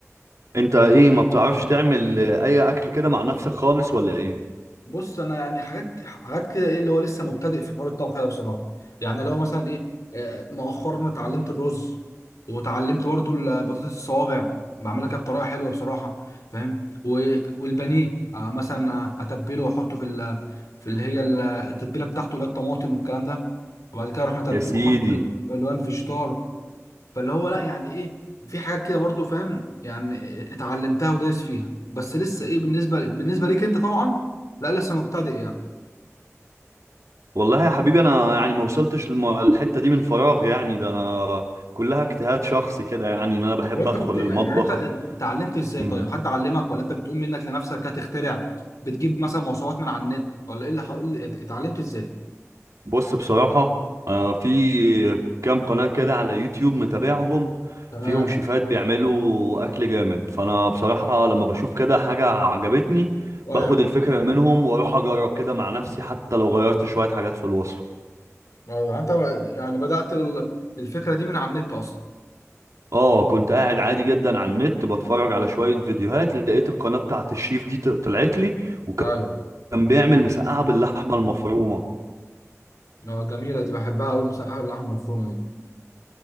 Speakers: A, on the right (about 70°); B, on the left (about 85°).
A: انت ايه ما بتعرفش تعمل اي اكل كده مع نفسك خالص ولا ايه
B: بص انا يعني حاجات حاجات كده ايه اللي هو لسه مبتدئ في حوار الطبخ ده بصراحه يعني لو مثلا ايه آه، مؤخرا اتعلمت الرز وتعلمت برضو البطاطس الصوابع بعملها كده بطريقه حلوه بصراحه فاهم و- والبانيه آه، مثلا اتبله واحطه في ال في اللي هي ال- التتبيله بتاعته اللي هي الطماطم والكلام ده وبعد كده اروح اتبله
A: يا سيدي
B: واحطه في ال- اللي هو الفيجيتار فاللي هو لا يعني ايه في حاجات كده برضو فاهم يعني اتعلمتها ودايس فيها بس لسه ايه بالنسبه بالنسبه ليك انت طبعا لا لسه مبتدئ يعني
A: والله يا حبيبي انا يعني ما وصلتش للحته دي من فراغ يعني ده انا كلها اجتهاد شخصي كده يعني ان انا بحب
B: طب انت
A: ادخل
B: كنت يعني
A: المطبخ
B: يعني انت اتعلمت ازاي
A: مم.
B: طيب حد علمك ولا انت بتقوم منك لنفسك هتخترع بتجيب مثلا مواصفات من على النت ولا ايه اللي ح- إيه اللي ات- اتعلمت ازاي
A: بص بصراحة أنا في كام قناة كده على يوتيوب متابعهم
B: تمام
A: فيهم شيفات بيعملوا أكل جامد فأنا بصراحة لما بشوف كده حاجة عجبتني
B: ايوه
A: باخد الفكرة منهم وأروح أجرب كده مع نفسي حتى لو غيرت شوية حاجات في الوصفة
B: يعني انت يعني بدأت ال- الفكره دي من على النت اصلا
A: اه كنت قاعد عادي جدا على النت بتفرج على شوية فيديوهات لقيت القناة بتاعت الشيف دي ط- طلعت لي وكان
B: ايوه ايوه
A: بيعمل مسقعة باللحمة المفرومة
B: اه جميله دي بحبها قوي مسقعه اللحمه المفرومه دي